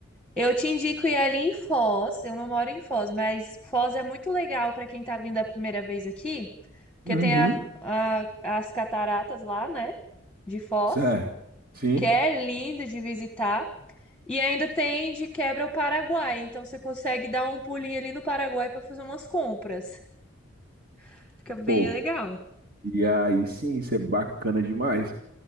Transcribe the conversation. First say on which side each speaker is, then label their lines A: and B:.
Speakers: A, in the centre; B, on the right.
A: eu te indico ir ali em Foz. Eu não moro em Foz, mas Foz é muito legal para quem tá vindo a primeira vez aqui, porque
B: Uhum.
A: tem a- a- as cataratas lá, né, de Foz,
B: Certo. Sim.
A: que é lindo de visitar. E ainda tem de quebra o Paraguai, então você consegue dar um pulinho ali no Paraguai para fazer umas compras. <laughs> Fica bem
B: Pô.
A: legal.
B: E aí, sim, isso é bacana demais.